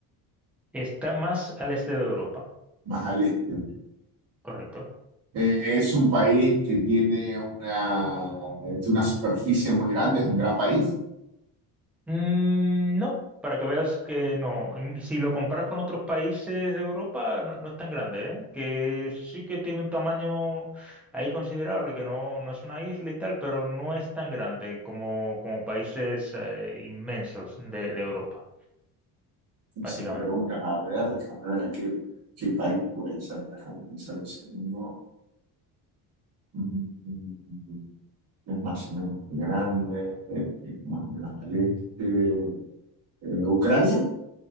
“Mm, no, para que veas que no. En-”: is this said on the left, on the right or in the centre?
Centre